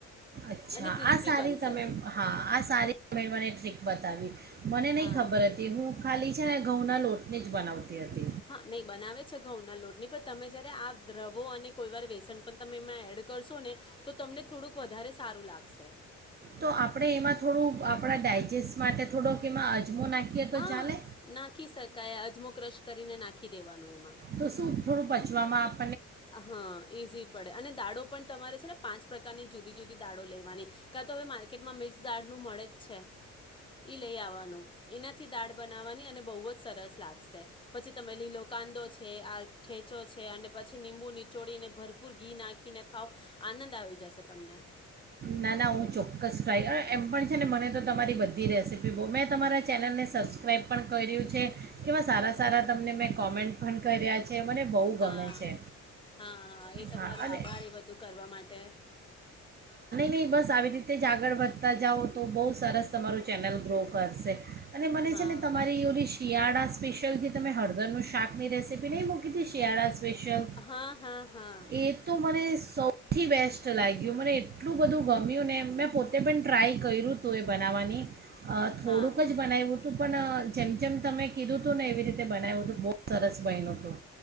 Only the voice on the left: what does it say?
અને ક્રિસ્પી
બનશે
હા
હા નહી બનાવે છે ઘઉંના લોટની પણ તમે જયારે આ રવો અને કોઈ વાર વેસન પણ તમે એમાં એડ કરશો ને તો તમને થોડુંક વધારે સારું લાગશે.
હા
નાખી શકાય અજમો ક્રશ કરીને નાખી દેવાનું એમાં.
હા ઈઝી પડે અને દાડો પણ તમારે છે ને પાંચ પ્રકારની જુદી જુદી દાળો લેવાની કા તો હવે માર્કેટમાં મિક્સ દાળ નું મળે જ છે ઈ લઈ આવવાનું એનાથી દાળ બનાવવાની અને બહુ જ સરસ લાગશે પછી તમે લીલો કાંદો છે આ ઠેચો છે અને પછી લિંબુ નીચોડીને ભરપૂર ઘી નાખીને ખાવ આનંદ આવી જશે તમને.
હા
હા એ તમારો
આભાર એ બધું કરવા માટે.
હા
હા હા હા
હા